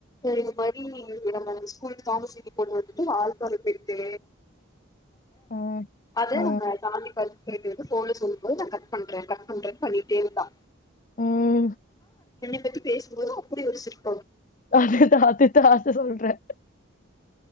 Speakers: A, on the left; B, on the left.
A: இது மாரி நம்ம ஸ்கூல் காமர்ஸ் செட்டு பொண்ணு வந்துட்டு வால்பாறை போயிட்டு
B: ஆ
A: அத
B: ஆ
A: நம்ம சாந்தி பர்த் பன்டு போலிஸ் சொல்லும்போது நான் கட் பண்றே கட் பண்றேனு பண்ணிட்டேருந்தா
B: ம்
A: த பத்தி பேசுபோது அப்டி ஒரு சிரிப்
B: அதுதான் அதுதான் அதான் சொல்றே